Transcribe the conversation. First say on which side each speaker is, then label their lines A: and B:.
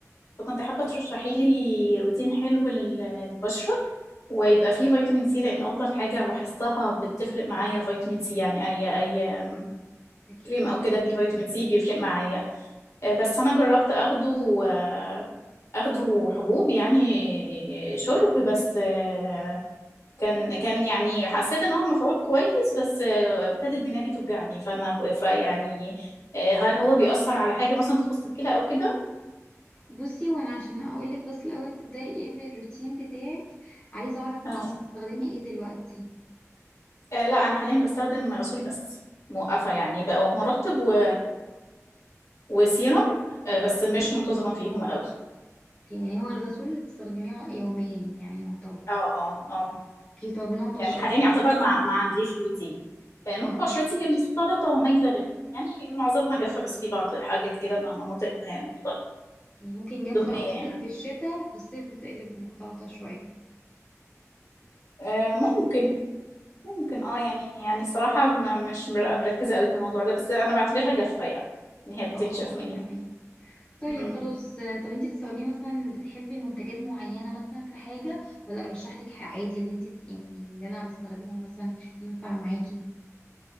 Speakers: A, on the left (about 65°); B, on the left (about 20°).
A: فكنت حابة ترشحي لي روتين حلو لل- للبشرة ويبقى فيه فيتامين سي لان افضل حاجة لاحظتها بتفرق معايا فيتامين سي يعني اي اي آم،
B: اكيد
A: كريم او
B: طبعا
A: كده فيه فيتامين سي بيفرق معايا آه بس انا جربت اخده آه، اخده حبوب يعني شرب بس آه، كان كان يعني حسيت ان هو مفعول كويس بس آه، ابتدت جنابي توجعني فانا كو- فيعني آه، هل هو بيأثر على حاجة مثلا تخص الكلى او كده؟
B: بصي وانا عشان اقولك بس الاول تبداي ايه بالروتين بتاعك عايزه اعرف
A: آه.
B: انت بتستخدمي ايه دلوقتي
A: آه، لا انا حاليا بستخدم غسول بس موقفة يعني بقوا مرطب و... وسيرم آه، بس مش منتظمة فيهم قوي
B: يعني هو الغسول اللي بتستخدميه يوميا يعني يعتبر
A: اه اه اه
B: اوكي طب نوع بشرتك
A: يعني حاليا يعتبر
B: ايه
A: ما ما عنديش روتين آه، نوع
B: اها
A: بشرتي مختلطة ومايلة لل يعني معظمها جافة بس في بعض حاجات كده مع مناطق آه، مختلطة
B: أوكي، ممكن جافه
A: دهنية
B: قصدك
A: يعني
B: في الشتاء وفي الصيف بتقلب مختلطه شويه
A: آه، ممكن ممكن اه يعني يعني الصراحة م- مش مر- مركزة قوي في الموضوع ده بس أنا بعتبرها جافة يعني إن هي بتنشف
B: اه اه
A: مني
B: تمام طيب
A: مم.
B: خلاص آه، طب انت بتستخدمي مثلا بتحبي منتجات معينة مثلا في حاجة ولا ارشح لك حاجة عادي اللي انت يعني اللي انا بستخدمه مثلا ينفع معاكي